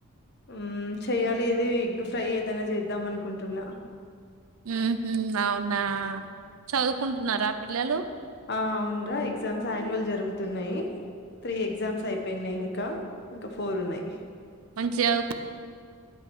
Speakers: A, on the left; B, on the right.
A: ఉ చేయాలి ఇది ఎగ్ ఫ్రై ఏదైనా చేద్దాం అనుకుంటున్నా
B: ఉహు అవునా చదువుకుంటున్నారా పిల్లలు
A: ఆ అవున్రా ఎగ్జామ్స్ యాన్యువల్ జరుగుతున్నాయి త్రీ ఎగ్జామ్స్ అయిపోయినై ఇంక ఇంక ఫోర్ ఉన్నాయి
B: మంచి చదువుకు